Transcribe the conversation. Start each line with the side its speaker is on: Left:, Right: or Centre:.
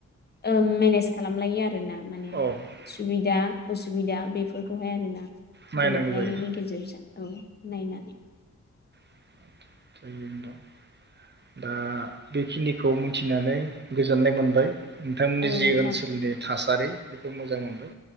Left: ओम मेनेज खालामलायो आरो ना। माने
Right: उम
Left: सुबिदा असुबिदा बेफोरखौहाय आरोना
Right: नायनांगौ
Left: गोरोबलायनायनि
Right: जायो
Left: गेजेरजों औ नायनानै।
Right: <unintelligible> दा बेखिनिखौ मिथिनानै गोजोननाय मोनबाय। नोंथांमोननि
Left: औ
Right: जि
Left: नोंथां
Right: ओनसोलनि थासारि बेखौ मोजां मोनबाय।